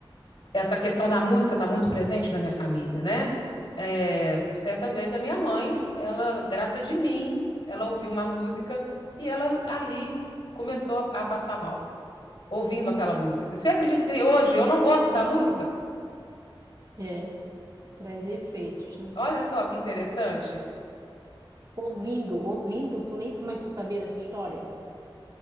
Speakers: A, on the left; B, on the right.
A: Essa questão da música está muito presente na minha família, né? É, certa vez a minha mãe, ela grávida de mim, ela ouviu uma música e ela ali começou a, a passar mal, ouvindo aquela música. Você acredita que hoje eu não gosto da música?
B: É, traz efeitos, né?
A: Olha só que interessante.
B: Ouvindo, ouvindo, tu nem, mas tu sabia dessa história?